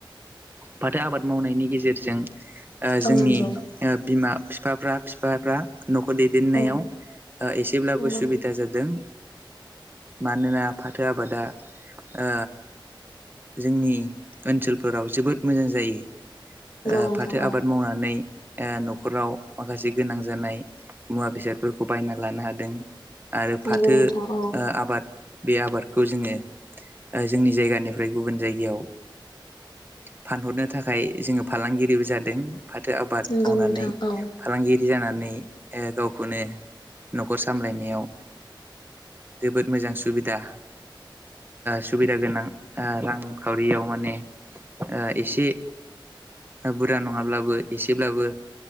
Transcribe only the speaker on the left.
औ
नंगौ
औ
नंगौ
नोंथां
नंगौ नोंथां औ
नंगौ
नोंथां औ